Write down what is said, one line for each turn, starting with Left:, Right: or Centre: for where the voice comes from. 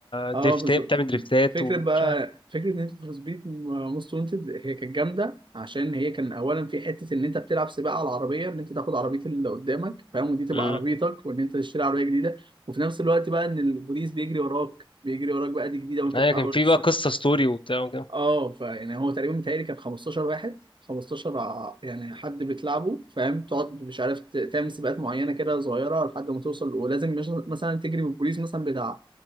Right: أه
Left: دريفتات
Right: بالظبط
Left: بتعمل دريفتات
Right: فكرة
Left: ومش
Right: بقى
Left: عارف
Right: فكرة نيد فور سبيد موست وانتد هي كانت جامدة عشان هي كان أولا في حتة إن أنت بتلعب سباق على العربية إن أنت تاخد عربية اللي قدامك فاهم ودي تبقى
Left: امم
Right: عربيتك وإن أنت تشتري عربية جديدة وفي نفس الوقت بقى إن البوليس بيجري وراك بيجري وراك بقى دي جديدة وأنت
Left: ايوه
Right: بتحاول
Left: كان في بقى قصة ستوري وبتاع وكده
Right: اه فيعني هو تقريبا متهيألي كان 15 واحد 15 ع- يعني حد بتلعبه فاهم تقعد مش عارف ت- تعمل سباقات معينه كده صغيره لحد ما توصل ولازم مش مثلا تجري بالبوليس مثلا بتاع